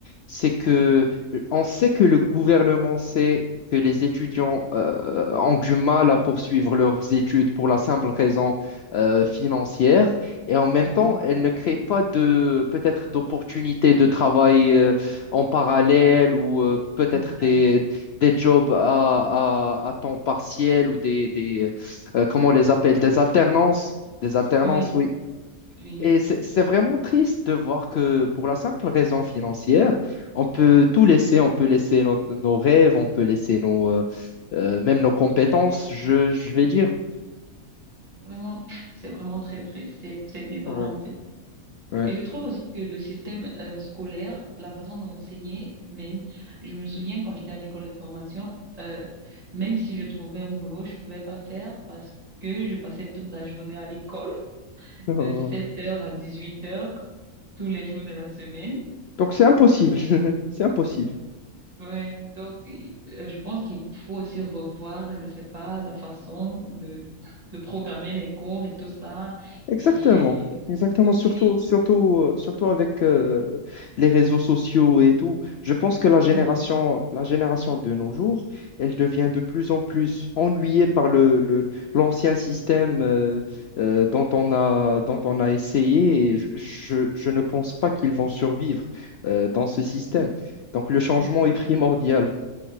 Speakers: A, on the left (about 70°); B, on the right (about 25°).
A: c'est que euh, on sait que le gouvernement sait que les étudiants euh, ont du mal à poursuivre leurs études pour la simple raison euh, financière. Et en même
B: oui,
A: temps, elle ne crée pas de, peut-être d'opportunités de travail euh, en parallèle ou euh, peut-être
B: exact.
A: des, des jobs à, à, à temps partiel ou des, des euh, comment on les appelle, des alternances. Des alternances,
B: Oui,
A: oui.
B: oui.
A: Et c'est c'est vraiment triste de voir que pour la simple raison financière, on peut tout laisser, on peut laisser nos, nos rêves, on peut laisser nos, euh, euh, même nos compétences, je, je vais dire.
B: Vraiment, <sniffs> c'est vraiment très, très, c'est c'est désolant
A: Ouais,
B: en fait.
A: ouais.
B: Et je trouve aussi que le système euh, scolaire, la façon d'enseigner, même, je me souviens quand j'étais à l'école de formation, euh, même si je trouvais un boulot, je pouvais pas faire parce que je passais toute la journée à l'école,
A: <laughs>
B: de 7 heures à 18 heures tous les jours de la semaine.
A: Donc c'est impossible, <laughs> c'est impossible.
B: Ouais, donc, euh, je pense qu'il faut aussi revoir, je sais pas, la façon de, de programmer les cours et tout ça.
A: Exactement,
B: Et
A: exactement,
B: aussi
A: surtout, surtout, euh, surtout avec euh, les réseaux sociaux et tout. Je pense que la génération,
B: Oui, oui,
A: la génération de nos jours, elle devient de plus en plus ennuyée par le, le- l'ancien système euh, euh, dont on a, dont on a essayé et je, je- je ne pense pas qu'ils vont survivre euh, dans ce système.
B: exact.
A: Donc le changement
B: Oui.
A: est primordial.